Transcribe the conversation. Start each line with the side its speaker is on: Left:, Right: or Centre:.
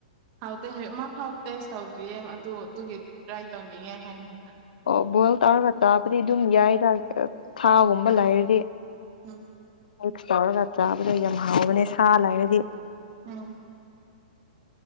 Right: ꯍꯥꯎꯗꯤꯦ ꯃꯥꯐꯥꯎ ꯇꯦꯁ ꯇꯧꯗ꯭ꯔꯤꯌꯦ ꯑꯗꯨ ꯑꯗꯨꯒꯤ ꯇ꯭ꯔꯥꯏ ꯇꯧꯅꯤꯡꯉꯦ ꯍꯥꯏꯅꯅ
Left: ꯑꯣ ꯕꯣꯏꯜ ꯇꯧꯔꯒ ꯆꯥꯕꯗꯤ ꯑꯗꯨꯝ ꯌꯥꯏ ꯊꯥꯒꯨꯝꯕ ꯂꯩꯔꯗꯤ
Right: ꯎꯝ
Left: ꯃꯤꯛꯁ ꯇꯧꯔꯒ ꯆꯥꯕꯗꯣ ꯌꯥꯝ ꯍꯥꯎꯕꯅꯦ ꯁꯥ ꯂꯩꯒꯗꯤ
Right: ꯎꯝ